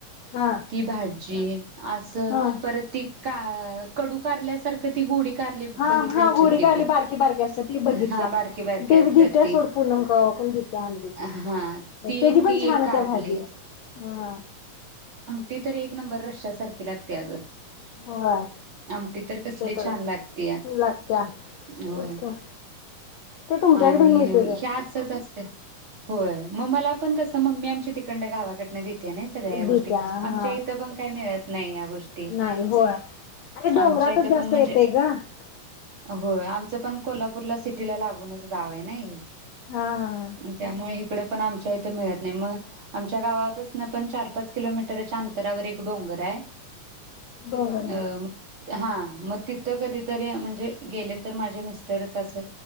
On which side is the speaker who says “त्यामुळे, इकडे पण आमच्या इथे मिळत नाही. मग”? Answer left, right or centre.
Right